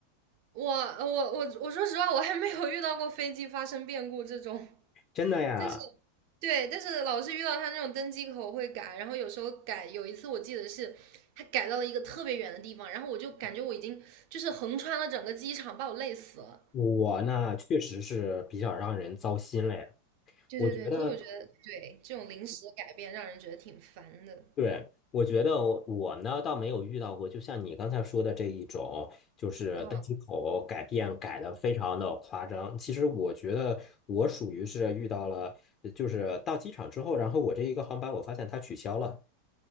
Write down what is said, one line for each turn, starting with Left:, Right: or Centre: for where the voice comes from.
Right: 我呃我我我说实话，我还没有遇到过飞机发生变故这种，
Left: 真的呀，
Right: 但是对，但是老是遇到他那种登机口会改，然后有时候改，有一次我记得是他改到了一个特别远的地方，然后我就感觉我已经就是横穿了整个机场，把我累死了。
Left: 我呢确实是比较让人糟心嘞。
Right: 对对对，
Left: 我觉得
Right: 所以我觉得对这种临时的改变让人觉得挺烦的。
Left: 对，我觉得我呢倒没有遇到过，就像你刚才说的这一种，就是登机口改变改的非常的夸张。
Right: 嗯
Left: 其实我觉得我属于是遇到了，呃就是到机场之后，然后我这一个航班我发现它取消了